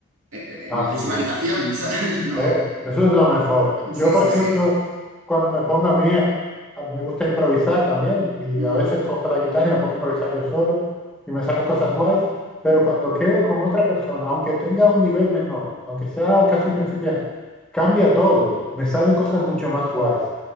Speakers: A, on the right (about 80°); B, in the centre.
A: eh, eh,
B: Ah,
A: en la
B: sí.
A: misma habitación, <laughs> ¿sabes? No,
B: Eh, eso es lo mejor. Yo,
A: sí,
B: por
A: sí,
B: ejemplo,
A: sí.
B: cuando me pongo a mí, a- a- me gusta improvisar también y
A: Ujú,
B: a veces cojo la guitarra y me pongo a improvisar yo solo y me salen cosas guays, pero cuando quedo con otra persona, aunque tenga un nivel menor, aunque sea casi un principiante, cambia todo, me salen cosas mucho más guays,